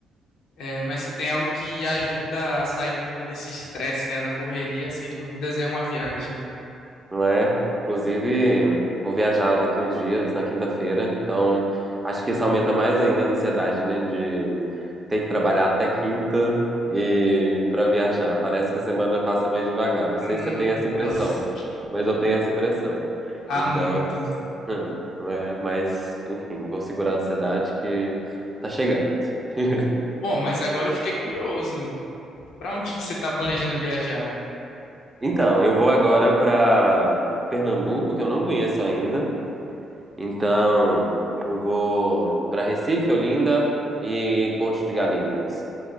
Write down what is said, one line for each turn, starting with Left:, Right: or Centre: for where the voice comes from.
Left: É, mas se tem algo que ajuda a sair um pouco desse estresse, né, da correria, sem dúvidas é uma viagem.
Right: Não é? Inclusive, vou viajar daqui uns dias, na quinta-feira, então acho que isso aumenta mais ainda a ansiedade, né? De ter que trabalhar até quinta e para viajar. Parece que a semana passa mais devagar. Não sei
Left: Hum,
Right: se você tem essa impressão,
Left: nossa.
Right: mas eu tenho essa impressão.
Left: Ah,
Right: Então,
Left: muito.
Right: hum, não é? Mas, enfim, vou segurar a ansiedade que tá chegando. <laughs>
Left: Bom, mas agora eu fiquei curioso. Pra onde que você tá planejando viajar?
Right: Então, eu vou agora para Pernambuco, que eu não conheço ainda. Então, eu vou para Recife, Olinda e Porto de Galinhas.